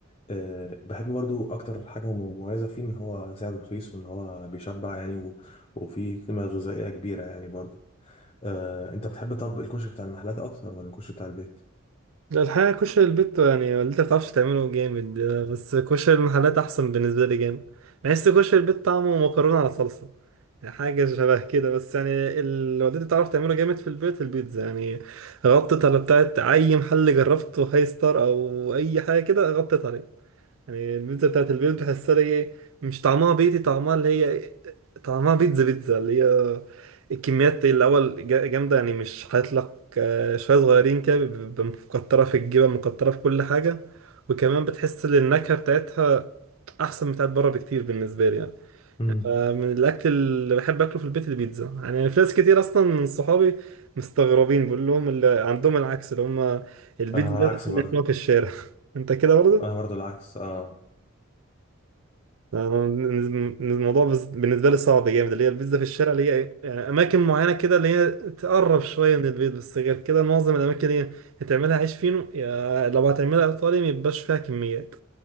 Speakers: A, on the left (about 30°); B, on the right (about 75°).
A: أه بحب برضو أكتر حاجة مميزة فيه إن هو سعره رخيص وإن هو بيشبع يعني و... وفيه قيمة غذائية كبيرة يعني برضو أه أنت بتحب طب الكشري بتاع المحلات أكتر ولا الكشري بتاع البيت؟
B: لا الحقيقة كشري البيت يعني اللي انت بتعرفش تعمله جامد بس كشري المحلات أحسن بالنسبة لي جامد بحس كشري البيت طعمه مكرونة على صلصة يعني حاجة شبه كده بس يعني اللي والدتي بتعرف تعمله جامد في البيت البيتزا يعني غطت على بتاعت أي محل جربته هاي ستار أو أي حاجة كده غطت عليه يعني البيتزا بتاعت البيت بحسها اللي هي مش طعمها بيتي طعمها اللي هي طعمها بيتزا بيتزا اللي هي الكميات الأول جا- جامدة يعني مش هيطلق آه، شوية صغيرين كده بيبقى مكترة في الجبن مكترة في كل حاجة وكمان بتحس إن النكهة بتاعتها أحسن بتاعت بره بكتير بالنسبة لي يعني
A: مم.
B: فمن الأكل اللي بحب أكله في البيت البيتزا يعني في ناس كتير أصلا من صحابي مستغربين بقول لهم اللي عندهم العكس اللي هم البيتزا
A: أنا
B: ده
A: العكس
B: تاكل
A: برضو
B: من هناك في الشارع <laughs> أنت كده برضه؟
A: أنا برضو العكس أه
B: أنا بالنسبة- الموضوع بز- بالنسبة لي صعب جامد اللي هي البيتزا في الشارع اللي هي إيه، يعني أماكن معينة كده اللي هي تقرب شوية من البيت بس غير كده معظم الأماكن اللي هي هتعملها عيش فينو يا لو هتعملها إيطالي ميبقاش فيها كميات